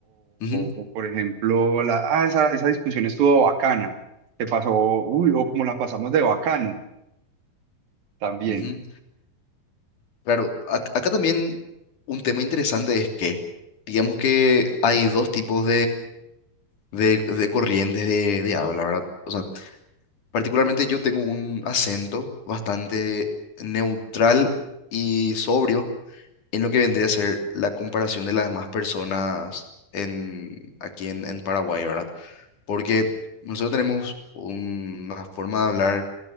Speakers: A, on the left; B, on the right.
A: Ujú,
B: o, o, por ejemplo, la, ah, esa, esa discusión estuvo bacana. Te pasó, uy, o como la pasamos de bacano también.
A: ujú. Claro, ac- acá también un tema interesante es que, digamos que hay dos tipos de, de corrientes de, de habla, ¿verdad? O sea, particularmente yo tengo un acento bastante neutral y sobrio en lo que vendría a ser la comparación de las demás personas en, aquí en, en Paraguay, ¿verdad? Porque nosotros tenemos una forma de hablar